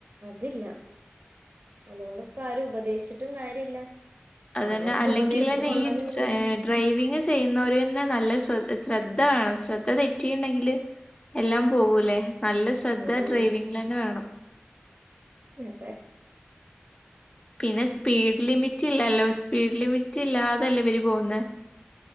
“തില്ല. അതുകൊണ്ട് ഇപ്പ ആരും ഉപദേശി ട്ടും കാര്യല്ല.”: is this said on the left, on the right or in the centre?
Right